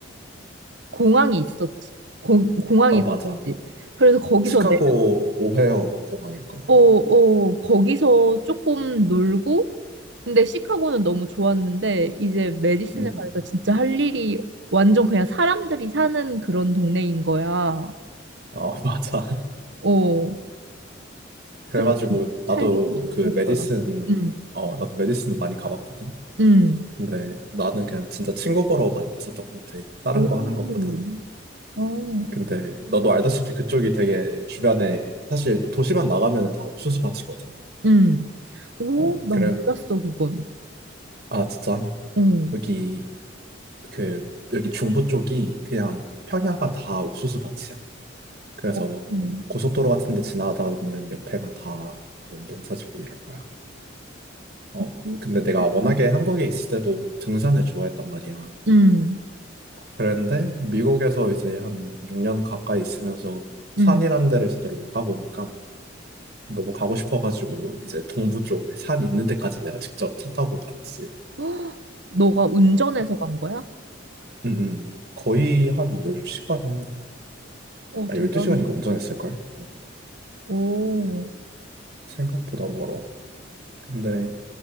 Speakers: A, on the right; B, on the right.
A: 공항이 있었지. 고, 공항이
B: 아,
A: 있었지.
B: 맞아.
A: 그래서 거기서
B: 시카고
A: 내려,
B: 오헤어 공항일 거야, 아마.
A: 어, 어, 거기서 조금 놀고, 근데 시카고는 너무 좋았는데, 이제 메디슨에
B: 음.
A: 가니까 진짜 할 일이 완전 그냥 사람들이 사는 그런 동네인 거야.
B: 어, <laughs> 맞아.
A: 어,
B: 그래가지고,
A: 근데 살기는
B: 나도
A: 좋겠더라.
B: 그 메디슨,
A: 응,
B: 어, 나도 메디슨 많이 가봤거든?
A: 응,
B: 근데 나는 그냥 진짜 친구 보러 많이 갔었던 것 같아. 다른
A: 오,
B: 거 하는 것보다는.
A: 어,
B: 근데 너도 알다시피 그쪽이 되게 주변에, 사실 도시만 나가면 다 옥수수 밭이거든.
A: 응. 오,
B: 어,
A: 난
B: 그래.
A: 몰랐어, 그건.
B: 아, 진짜?
A: 응,
B: 여기, 그, 여기 중부 쪽이 그냥 평야가 다 옥수수 밭이야. 그래서
A: 어, 응.
B: 고속도로 같은 데 지나가다 보면 옆에가 다 농사 짓고 이럴 거야. 어.
A: 그렇구나.
B: 근데 내가 워낙에 한국에 있을 때도 등산을 좋아했단 말이야.
A: 응,
B: 그런데 미국에서 이제 한 6년 가까이 있으면서 산이란
A: 응.
B: 데를 제대로 못 가보니까 너무 가고 싶어가지고 이제 동부 쪽 산 있는 데까지 내가 직접 차 타고 갔지.
A: <gasps> 너가 운전해서 간 거야?
B: 응응. 거의 한 10시간,
A: 어,
B: 아,
A: 대단하다.
B: 12시간인가 운전했을걸? 음,
A: 오.
B: 생각보다 멀어. 근데